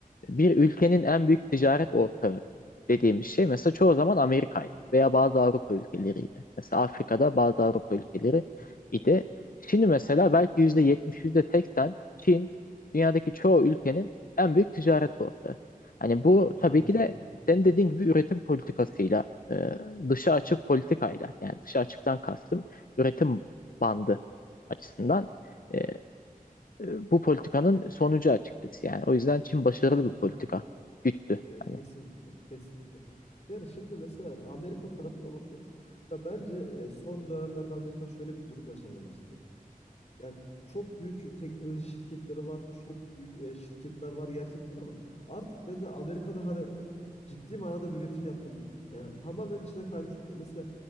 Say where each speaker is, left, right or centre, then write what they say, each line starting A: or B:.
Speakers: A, on the left; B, on the left.
A: bir ülkenin en büyük ticaret ortağı dediğimiz şey mesela çoğu zaman Amerika'ydı veya bazı Avrupa ülkeleriydi. Mesela Afrika'da bazı Avrupa ülkeleri idi. Şimdi mesela belki yüzde yetmiş, yüzde %80 Çin dünyadaki çoğu ülkenin en büyük ticaret ortağı. Hani bu tabii
B: Tabii
A: ki
B: ki.
A: de senin dediğin gibi üretim politikasıyla, e, dışa açık politikayla yani dışa açıktan kastım üretim bandı açısından e, e, bu politikanın sonucu açıkçası yani. O yüzden Çin başarılı
B: Tabii
A: bir politika
B: ki.
A: güttü.
B: Ya, ya
A: Hani.
B: kesinlikle, kesinlikle. Yani şimdi mesela Amerika tarafına bakıyoruz. Ya bence e, son dönemlerde Amerika şöyle bir durum yaşamaya başladı. Yani çok büyük teknoloji şirketleri var, çok büyük e, şirketler var gerçekten ama artık bence Amerika'da hani ciddi manada bir üretim yapılmıyor. Yani tamamen Çin'e kaymış durumda. Mesela